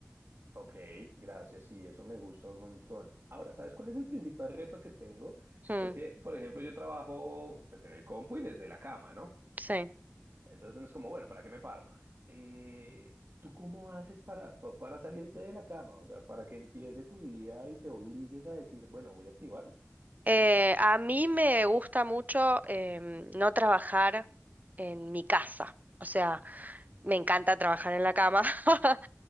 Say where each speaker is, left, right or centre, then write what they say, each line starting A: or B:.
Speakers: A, on the right; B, on the right.
A: Ok, gracias, sí, eso me gusta un montón. Ahora, ¿sabes cuál es el principal reto que tengo?
B: Mm,
A: Es que, por ejemplo, yo trabajo pues en el compu y desde la cama, ¿no?
B: sí.
A: Entonces uno es como, bueno, ¿para qué me paro? Eh, ¿tú cómo haces para, pa- para salirte de la cama? O sea, para que empiece tu día y te obligues a decir, bueno, voy a activarme.
B: Eh, a mí me gusta mucho em, no trabajar en mi casa. O sea,
A: Mm.
B: me encanta trabajar en la cama, <laughs>